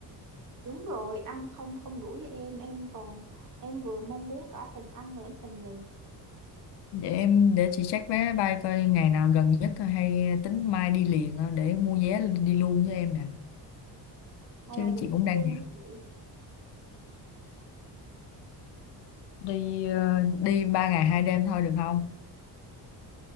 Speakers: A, on the right; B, on the left.
A: Đúng rồi, ăn không không đủ với em. Em còn, em vừa mong muốn cả phần ăn lẫn phần nhìn.
B: để em để chị check vé máy bay coi ngày nào gần nhất hay tính mai đi liền ờ, để mua vé đi luôn với em nè
A: Hay
B: chứ
A: là mình
B: chị cũng
A: đi
B: đang
A: luôn đi chị.
B: đi ờ, đi ba ngày hai đêm thôi được không